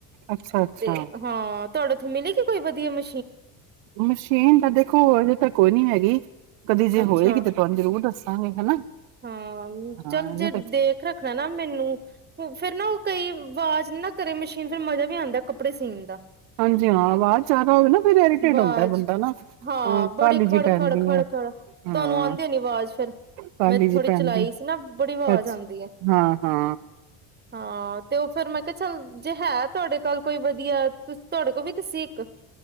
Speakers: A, on the right; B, on the right.
A: ਅੱਛਾ-ਅੱਛਾ
B: ਤੇ ਹਾਂ, ਤੁਹਾਡੇ ਉਥੇ ਮਿਲੇਗੀ ਕੋਈ ਵਧੀਆ ਮ
A: ਮਸ਼ੀਨ ਤਾਂ ਦੇਖੋ ਅਜੇ ਤਾਂ ਕੋਈ ਨਹੀ ਹੈਗੀ। ਕਦੀ ਜੇ
B: ਅੱਛਾ
A: ਹੋਏਗੀ ਤੇ ਤੁਹਾਨੂੰ ਜ਼ਰੂਰ ਦੱਸਾਂਗੇ, ਹਨਾ।
B: ਹਾਂ,
A: ਹਾਂ
B: ਚੱਲ ਜੇ
A: ਅਜੇ ਤੱਕ
B: ਦੇਖ ਰੱਖਣਾ ਨਾ ਮੈਨੂੰ ਫੇਰ ਨਾ ਉਹ ਕਈ ਆਵਾਜ਼ ਨਾ ਕਰੇ ਮਸ਼ੀਨ ਫੇਰ ਮਜ਼ਾ ਵੀ ਆਉਂਦਾ ਕੱਪੜੇ ਸੀਣ ਦਾ।
A: ਹਾਂਜੀ ਹਾਂ ਵਾਜ ਜ਼ਿਆਦਾ ਹੋਵੇ ਨਾ ਫਿਰ ਏਰੀਟੇਟ
B: ਆਵਾਜ਼
A: ਹੁੰਦਾ ਏ ਬੰਦਾ ਨਾ, ਅ
B: ਹਾਂ ਬੜੀ
A: ਕਾਲੀ
B: ਖੜ
A: ਜਿਹੀ ਪੈਂਦੀ
B: ਖੜ ਖੜ
A: ਐ,
B: ਖੜ
A: ਹਾਂ।
B: ਤੁਹਾਨੂੰ ਆਉਂਦੀ ਨੀ ਆਵਾਜ਼ ਫਿਰ
A: ਕਾਹਲੀ
B: ਮੈਂ
A: ਜੀ
B: ਥੋੜ੍ਹੀ
A: ਪੈਂਦੀ
B: ਚਲਾਈ ਸੀ ਨਾ ਬੜੀ ਆਵਾਜ਼
A: ਅੱਛਾ
B: ਆਉਂਦੀ ਐ,
A: ਹਾਂ-ਹਾਂ
B: ਹਾਂ ਤੇ ਉਹ ਫੇਰ ਮੈਂ ਕਿ ਚੱਲ ਜੇ ਹੈ, ਤੁਹਾਡੇ ਕੋਲ ਕੋਈ ਵਧੀਆ ਤੁ ਤੁਹਾਡੇ ਕੋਲ ਵੀ ਤੇ ਸੀ ਇੱਕ।